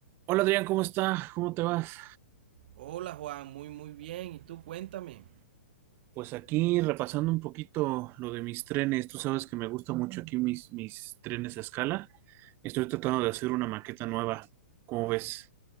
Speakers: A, on the right; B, on the right.
A: Hola Adrián, ¿cómo está? ¿Cómo te vas?
B: Hola Juan, muy muy bien. ¿Y tú cuéntame?
A: Pues aquí repasando un poquito lo de mis trenes. Tú sabes que me gusta mucho aquí mis, mis trenes a escala. Estoy tratando de hacer una maqueta nueva. ¿Cómo ves?